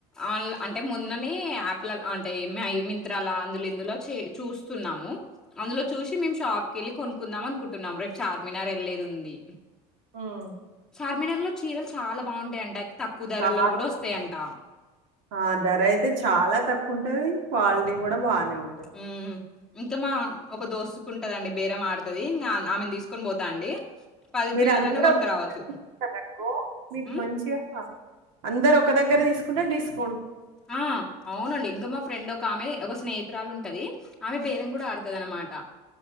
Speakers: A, in the centre; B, on the right (about 75°).
A: ఆన్ల అంటే మొన్ననే యాప్ల అంటే మై మింట్రాల అందులో ఇందులో చూస్తున్నాము అందులో చూసి మేము షాప్ కేళ్ళి కొనుక్కుందాం అనుకుంటున్నాం రేపు చార్మినార్ యెల్లేది ఉంది
B: హ్మ్.
A: చార్మినార్ లో చీరలు చాలా బాగుంటాయి అంట అయితే తక్కువ ధరలలో
B: చాలా
A: గూడా
B: బాగుం
A: ఒస్తాయంట.
B: ఆ ధర అయితే చాలా తక్కువ ఉంటది క్వాలిటీ కూడా బాగానే ఉం
A: ఉ ఇంకా మా ఒక దోస్తుకుంటదండి బేరం ఆడుతది ఇంగా ఆమెని తీసుకొని పోతా అండి
B: మీరు
A: చీరలైనా
B: అందరు
A: కొనుక్కరావచ్చు.
B: ఒకటె చెప్ తీసుకున్నరనుకో మీకు
A: హ్మ్.
B: మంచిగా అందరు ఒ ఒక దగ్గర తీసుకుంతే డిస్క్
A: ఆ అవునండి ఇంకా మా ఫ్రెండ్ ఒక ఆమె ఒక స్నేహితురాలు ఉంటది ఆమె బేరం కూడా ఆడుతది అన్నమాట.